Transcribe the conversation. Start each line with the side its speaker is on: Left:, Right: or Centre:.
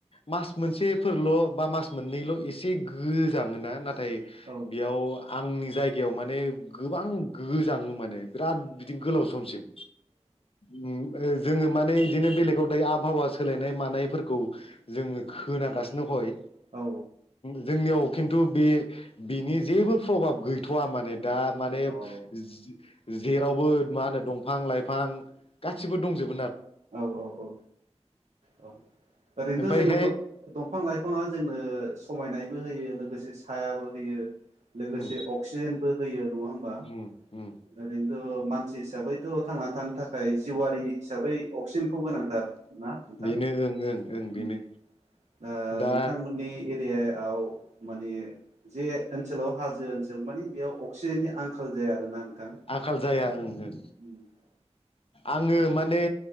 Left: मास मोनसेफोरल' बा मास मोननैल' एसे गोजाङोना नाथ नाथाय
Right: औ
Left: बेयाव आंनि जायगायाव माने गोबां गोजाङो माने बिराद बिदि गोलाव, समसिम उम ओ जोङो माने बिदिनो बेलेगाव दायो आबहावा सोलायनाय मानायफोरखौ जोङो खोनागासिनो हय
Right: औ
Left: जोंनियाव खिन्थु बे बिनि जेबो प्रभाब गैथ'वा माने दा माने
Right: औ
Left: जेरावबो मा होनो दंफां लाइफां गासिबो दंजोब
Right: औ औ औ औ ओरैनोथ'
Left: ओमफ्रायहाय
Right: जोङो दं दंफां लाइफाङा जोंनो समायनायबो होयो। लोगोसे सायाबो होयो, लोगोसे
Left: उम
Right: अक्सिजेनबो होयो नङा होमबा
Left: उम उम
Right: ओरैनोथ' मानसि हिसाबैथ' थांना थानो थाखाय जिउआरि हिसाबै अक्सिजेनखौ गोनांथार, ना नोंथां
Left: बेनो ओं ओं ओं बेनो
Right: उम ओ
Left: दा
Right: नोंथांमोननि एरि एरियाव माने जे ओनसोलाव हाजो ओनसोल माने बेयाव अक्सिजेननि आंखाल जाया आरोना नोंथां
Left: आंखाल जाया ओं ओं
Right: उम
Left: आङो माने